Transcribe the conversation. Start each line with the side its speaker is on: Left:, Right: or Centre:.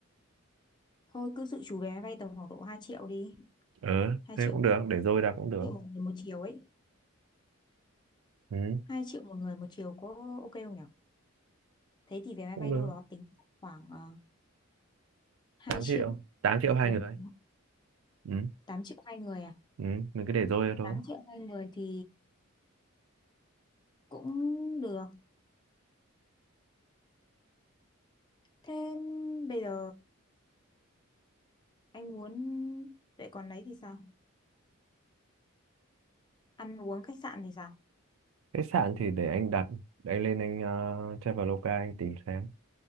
Left: thôi cứ dự trù vé máy bay tầm khoảng độ 2 triệu đi
Right: ờ
Left: hai
Right: thế
Left: triệu
Right: cũng được để dôi ra cũng được
Left: triệu một người một chiều ấy
Right: ừ
Left: hai triệu một người một chiều có ok không nhỉ? Thế thì vé máy
Right: cũng
Left: bay
Right: được
Left: đâu đó tính khoảng uh, 2
Right: tám
Left: triệu
Right: triệu 8 triệu hai
Left: 4,
Right: người ừ
Left: 8 triệu hai người à?
Right: ừ mình cứ để dôi ra thôi
Left: 8 triệu hai người thì cũng được. Thế bây giờ anh muốn vậy còn đấy thì sao? Ăn uống khách sạn thì sao?
Right: khách sạn thì để anh đặt để anh lên anh ờ, Traveloka anh tìm xem